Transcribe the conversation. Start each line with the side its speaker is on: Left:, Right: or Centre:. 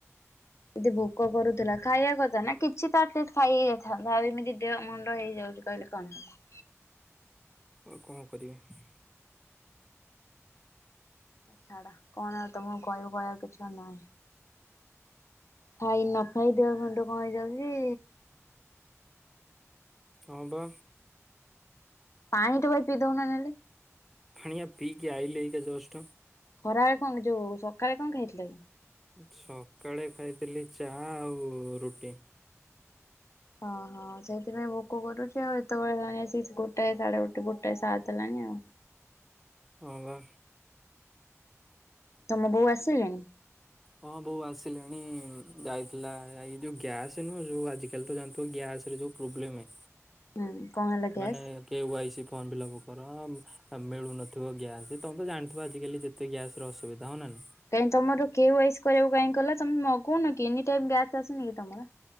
Left: ଏତେ ଭୋକ କରୁ ଥିଲା ଖାଇବା କଥା ନା କିଛି ତ ଆଲିଷ୍ଟ ଖାଇ ହେ ଯାଇଥାନ୍ତା ଆଉ ଏମିତି ଦେହ ମୁଣ୍ଡ ହେଇଯାଉଛି କହିଲେ କଣ ହେଲା?
Centre: ଆଉ କଣ କରିବି
Left: ଛାଡା କଣ ଆଉ ତମକୁ କହିବ କହିବାକୁ କିଛ ନାହିଁ ଖାଇ ନ ଖାଇ ଦେବା ଖଣ୍ଡ କଣ ହେଇଯାଉଛି
Centre: ହଁ ବା
Left: ପାଣି ଟୋପେ ପିଇ ଦଉନ ନହେଲେ
Centre: ଖଣିିଆ ପିିକ ଆଇ ଲେଇ ଏକା ଜଷ୍ଟ
Left: ଖରାବେଳେ କଣ ଯୋଉ ସକାଳେ କଣ ଖାଇଥିଲେ କି
Centre: ସକାଳେ ଖାଇଥିଲି ଚା ଆଉ ରୁଟି
Left: ଓଁ ହଁ ସେଇଥିପାଇଁ ଭୋକ କରୁଛି ଆଉ ଏତେବେଳେ ହେଲାଣି ଆସି ଗୋଟାଏ ସାଡେ ଗୋଟେ ତ ଗୋଟେ ସାତ ଦେଲାଣି ଆଉ
Centre: ହଁ ବା
Left: ତମ ବୋଉ ଆସିଲାଣି
Centre: ହଁ ବୋଉ ଆସିଲାଣି ଯାଇଥିଲା ଏ ଯୋଉ ଗ୍ୟାସ ନୁହ ଯୋଉ ଆଜିକାଲି ତ ଜାଣିଥିବ ଗ୍ୟାସ ରେ ଯୋଉ ପ୍ରୋବ୍ଲେମେ
Left: ହୁଁ କଣ ହେଲା
Centre: ମାନେ
Left: gas?
Centre: K Y C form fill up କର ଅ ମିଳୁନଥିବ ଗ୍ୟାସ୍ ତମେ ତ ଜାଣିଥିବ ଆଜିକାଲି ଯେ ତି ଗ୍ୟାସର ଅଶୁବିଧା ହ ନାଁ ନହିଁ
Left: କାଇହିଁ ତମର କେ ୱେଇ ସି କରିବାକୁ କାଇହିଁକଲା ତମେ ମଗୁନ କି ଏନି ଟାଇମ ଗ୍ୟାସ୍ ଆସୁନି କି ତମର